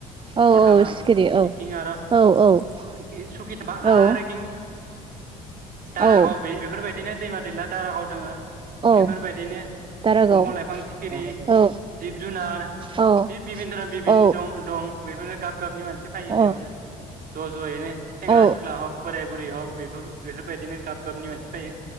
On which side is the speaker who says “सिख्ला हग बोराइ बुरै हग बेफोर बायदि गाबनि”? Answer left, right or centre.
Right